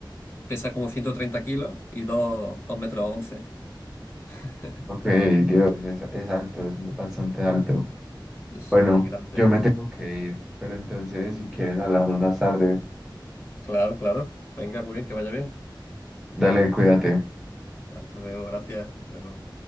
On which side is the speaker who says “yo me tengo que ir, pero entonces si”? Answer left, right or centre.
Centre